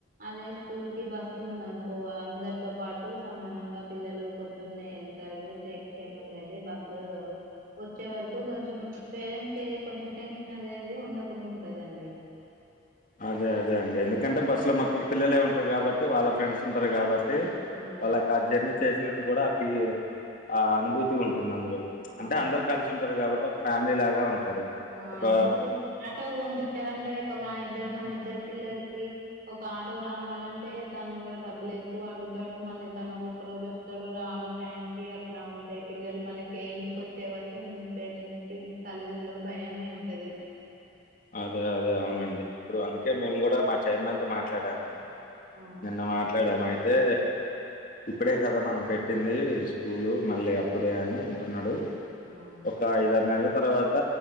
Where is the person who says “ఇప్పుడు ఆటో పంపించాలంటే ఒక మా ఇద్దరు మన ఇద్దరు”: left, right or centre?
Right